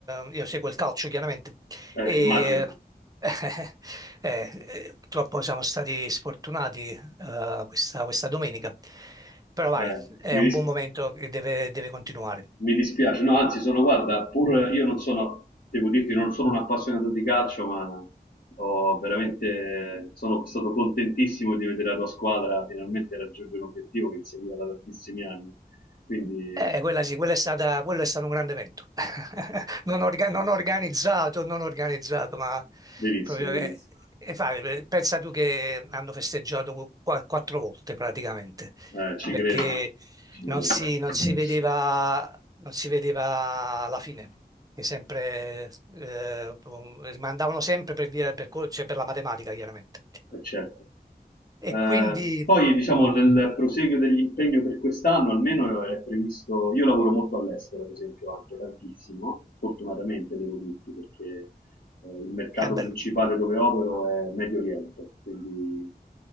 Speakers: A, on the right (about 20°); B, on the left (about 65°).
A: eh, io seguo il calcio, chiaramente,
B: Eh,
A: e
B: immagino.
A: <laughs> eh, eh, purtroppo siamo stati sfortunati eh, questa, questa domenica, però vai,
B: Eh,
A: è
B: mi,
A: un
B: dis-
A: buon momento che deve deve continuare.
B: mi dispiace, no, anzi sono, guarda, pur io non sono, devo dirti, non sono un appassionato di calcio, ma ho veramente, sono stato contentissimo di vedere la tua squadra finalmente raggiungere un obiettivo che seguiva da tantissimi anni. Quindi
A: Eh, quella sì, quella è stata, quello è stato un grande evento. <laughs> Non, orga- non organizzato, non organizzato, ma
B: <laughs> Verissimo,
A: proprio...
B: verissimo.
A: eh, E fa, eh, pensa tu che hanno festeggiato qua- quattro volte praticamente,
B: Eh, ci
A: perché
B: credo, ci
A: non
B: credo.
A: si, non si vedeva, non si vedeva la fine. E sempre, eh, rimandavano sempre per via, per, co- cioè per la matematica, chiaramente.
B: Eh, certo.
A: E
B: Eh,
A: quindi
B: poi, diciamo, nel proseguio dell'impegno per quest'anno, almeno eh, è previsto. Io lavoro molto all'estero, ad esempio, anche tantissimo, fortunatamente devo dirti, perché eh, il mercato
A: è bello,
B: principale dove opero è Medio Oriente, quindi